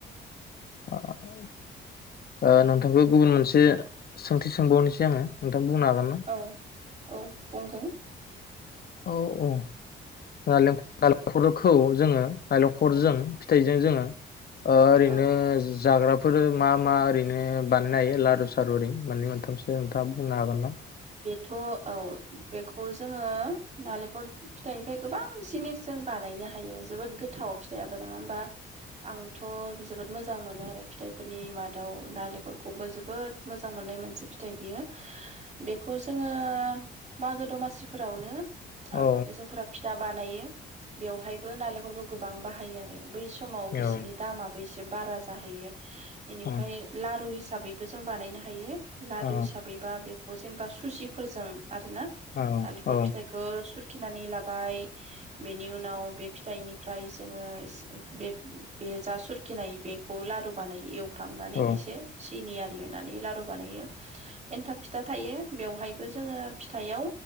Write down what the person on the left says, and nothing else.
आ नोंथांखौ गुबुन मोनसे सोंथि सोंबावनोसै आङो नोंथां बुंनो हागोन ना?
औ औ नालेंखरखौ जोङो नारेंखरजों फिथाइजों जोङो ओरैनो
जाग्रा बेफोरो मा मा ओरैनो बानायनो हायो लारु सारु ओरै मान मोन थामसो नोंथा बुंनो हागोन ना?
औ
औ
औ
औ
औ
औ
औ